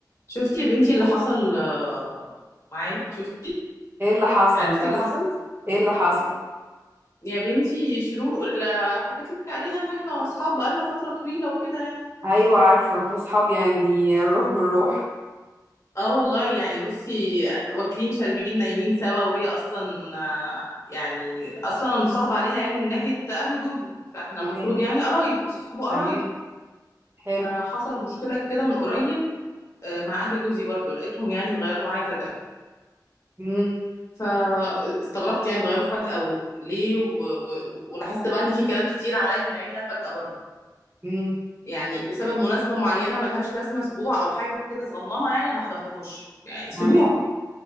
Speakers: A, on the left; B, on the right.
A: شفتي يا بنتي اللي حصل آه، معايا شفتي
B: ايه اللي حصل
A: عرفتي
B: بس
A: اللي حصل
B: ايه اللي حصل
A: يا بنتي شروق اللي حكيت لك عليها ان احنا اصحاب بقالنا فترة طويلة وكده يعني
B: ايوه عارفه انتوا صحاب يعني الروح بالروح
A: اه والله يعني بصي واكلين شاربين نايمين سوا وهي اصلا آه، يعني اصلا انا متصاحبة عليها يعني من ناحية اهل جوزي فاحنا
B: تمام
A: المفروض يعني قرايب اصحاب وقرايب
B: تمام حلو
A: فحصل مشكلة كده من قريب آه، مع اهل جوزي برضو لقيتهم يعني اتغيروا معايا فجأة
B: امم
A: فاستغربت يعني اتغيروا فجأة و- ليه و... و... ولاحظت بقى ان في كلام كتير عليا في العيلة فجأة برضو
B: امم
A: يعني بسبب مناسبة معينة ملهاش لازمة اسبوع او حاجة كده صغننة يعني انا ما حضرتهاش يعني اسبوع
B: تمام